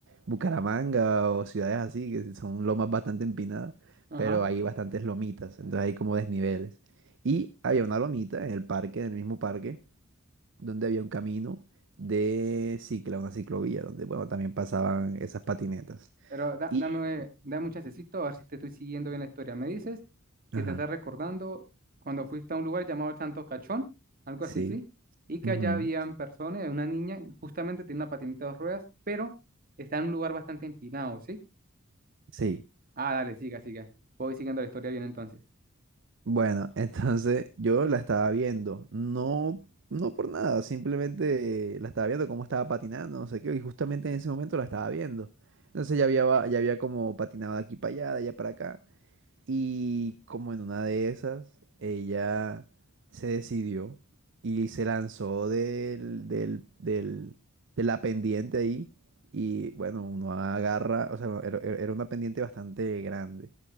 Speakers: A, on the right; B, on the right.
A: Bucaramanga o ciudades así, que son lomas bastante empinadas,
B: Ajá.
A: pero hay bastantes lomitas, entonces hay como desniveles. Y había una lomita en el parque, en el mismo parque donde había un camino de cicla, una ciclovía, donde, bueno, también pasaban esas patinetas.
B: Pero da-
A: Y,
B: dame, dame un chancecito a ver si te estoy siguiendo bien la historia. Me dices que
A: ajá,
B: te estás recordando cuando fuiste a un lugar llamado Santo Cachón, algo
A: sí,
B: así, ¿sí? Y que
A: ujú,
B: allá habían personas, una niña, justamente tiene una patineta de dos ruedas, pero está en un lugar bastante empinado, ¿sí?
A: sí.
B: Ah, dale, siga, siga. Voy siguiendo la historia bien entonces.
A: Bueno, <laughs> entonces yo la estaba viendo, no, no por nada, simplemente la estaba viendo cómo estaba patinando, no sé qué, y justamente en ese momento la estaba viendo. Entonces ya había, va- ya había como patinado de aquí para allá, de allá para acá. Y como en una de esas, ella se decidió y se lanzó del, del, del- de la pendiente ahí. Y bueno, uno agarra, o sea, era, era- era una pendiente bastante grande